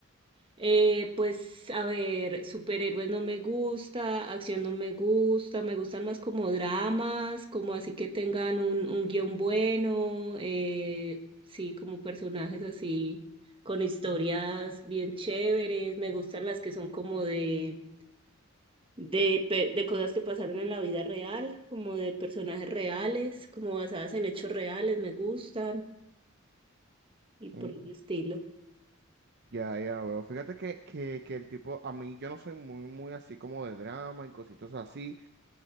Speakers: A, on the right (about 25°); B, on the right (about 50°).
A: Eh, pues a ver, superhéroes no me gusta, acción no me gusta, me gustan más como dramas, como así que tengan un, un guión bueno, eh, sí, como personajes así, con historias bien chéveres, me gustan las que son como de, de, pe- de cosas que pasaron en la vida real, como de personajes reales, como basadas en hechos reales, me gustan y por
B: Mm.
A: el estilo.
B: Ya, ya veo. Fíjate que, que, que el tipo, a mí yo no soy muy, muy así como de drama y cositas así.